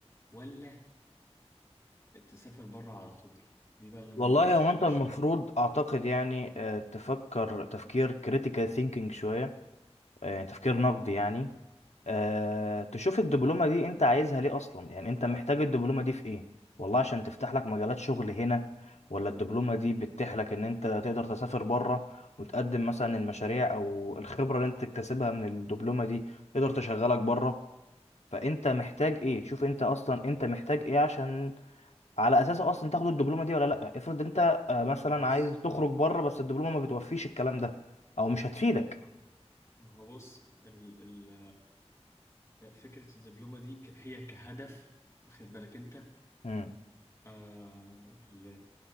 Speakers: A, on the left (about 25°); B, on the left (about 80°).
A: ولا تسافر بره على طول دي بقى اللي انا
B: والله
A: مش
B: هو انت
A: مش
B: المفروض
A: فاهم
B: اعتقد يعني آه، تفكر تفكير كريتيكال ثينكينج شوية آه، يعني تفكير نقدي يعني
A: اه
B: آه، تشوف الدبلومة دي انت عايزها ليه اصلا يعني انت محتاج الدبلومة دي في ايه والله عشان تفتح لك مجالات شغل هنا ولا الدبلومة دي بتتيح لك ان انت تقدر تسافر بره وتقدم مثلا المشاريع او الخبرة اللي انت تكتسبها من الدبلومة دي تقدر تشغلك بره فانت محتاج ايه شوف انت اصلا انت محتاج ايه عشان على اساسه اصلا تاخد الدبلومه دي ولا لا افرض انت آه، مثلا
A: ما هو بص
B: عايز تخرج بره بس الدبلومه ما بتوفيش الكلام ده او مش هتفيدك
A: ما ما هو بص ال ال فكرة الدبلومة دي ك- هي كهدف واخد بالك انت
B: مم.
A: آه ل